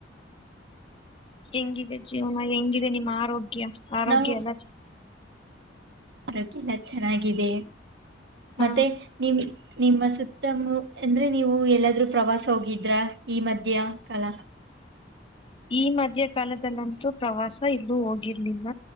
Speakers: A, on the left (about 30°); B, on the right (about 65°).
A: ಹೆಂಗಿದೆ ಜೀವನ ಹೆಂಗಿದೆ ನಿಮ್ಮ ಆರೋಗ್ಯ ಆರೋಗ್ಯ
B: ನಾವು
A: ಎಲ್ಲ
B: ಆರೋಗ್ಯ ಎಲ್ಲ ಚೆನ್ನಾಗಿದೆ
A: ಹ
B: ಮತ್ತೆ ನಿಮ ನಿಮ್ಮ ಸುತ್ತಮು ಅಂದ್ರೆ ನೀವು ಎಲ್ಲಾದ್ರೂ ಪ್ರವಾಸ ಹೋಗಿದ್ರ ಈ ಮಧ್ಯ್ಯ ಕಲ
A: ಈ ಮಧ್ಯ ಕಾಲದಲ್ಲಂತೂ ಪ್ರವಾಸ ಇಲ್ಲೂ ಹೋಗಿರ್ಲಿಲ್ಲ